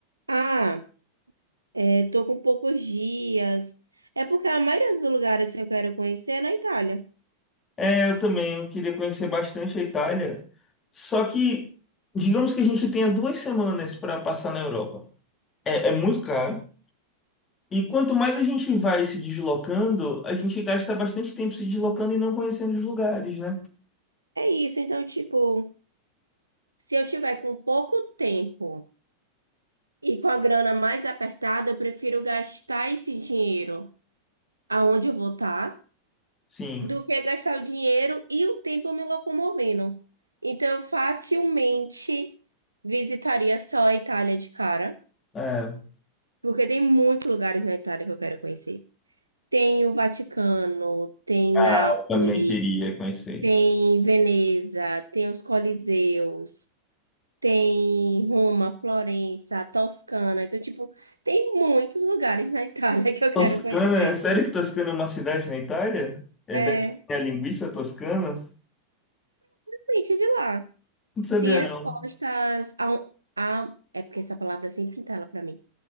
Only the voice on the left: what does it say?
É, eu também. Eu queria conhecer bastante a Itália. Só que, digamos que a gente tenha duas semanas para passar na Europa. É, é muito caro. E quanto mais a gente vai se deslocando, a gente gasta bastante tempo se deslocando e não conhecendo os lugares, né?
Sim.
É.
Ah,
eu também queria conhecer.
Toscana,
é sério que Toscana é uma cidade na Itália? É
daí que tem a linguiça toscana?
Não sabia
não.